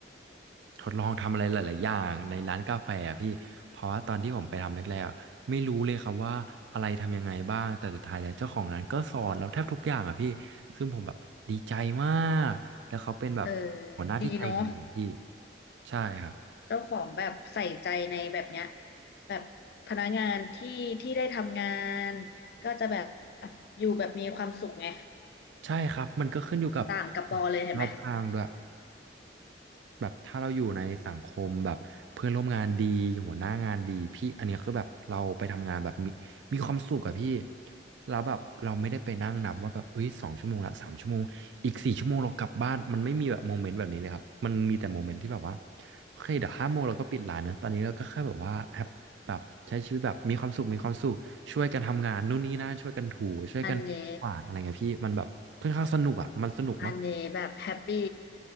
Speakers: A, on the right; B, on the left.
A: ทดลองทำอะไรหลายๆอย่างในร้านกาแฟอะพี่เพราะว่าตอนที่ผมไปทำแรกๆอะไม่รู้เลยครับว่าอะไรทำยังไงบ้างแต่สุดท้ายแล้วเจ้าของร้านก็สอนเราแทบทุกอย่างอ่ะพี่ซึ่งผมแบบดีใจมากแล้วเขาเป็นแบบหัวหน้าที่ใจดีอะพี่
B: เออดีเนาะ
A: ใช่ครับ
B: เจ้าของแบบใส่ใจในแบบเนี้ยแบบพนักงานที่ที่ได้ทำงานก็จะแบบอยู่แบบมีความสุขไง
A: ใช่ครับมันก็ขึ้นอยู่กับ
B: ต่างกับปอเลยเห็นไหม
A: รอบข้างด้วย แบบถ้าเราอยู่ในสังคมแบบเพื่อนร่วมงานดีหัวหน้างานดีพี่อันเนี้ยคือแบบเราไปทำงานแบบมีมีความสุขอะพี่
B: อืม
A: แล้วแบบเราไม่ได้ไปนั่งนับว่าแบบเอ้ยสองชั่วโมงละสามชั่วโมงอีกสี่ชั่วโมงเรากลับบ้านมันไม่มีแบบโมเมนต์แบบนี้เลยครับมันมีแต่โมเมนต์ที่แบบว่าโอเคเดี๋ยวห้าโมงเราก็ปิดร้านนะตอนนี้เราก็แค่แบบว่าแฮปแบบใช้ชีวิตแบบมีความสุขมีความสุขช่วยกันทำงานนู่นนี่นั่นช่วยกันถูช่วยกันกวาดอะไรเงี้ยพี่มันแบบค่อนข้างสนุกอะมันสนุกมาก
B: อันนี้อันนี้แบบแฮปปี้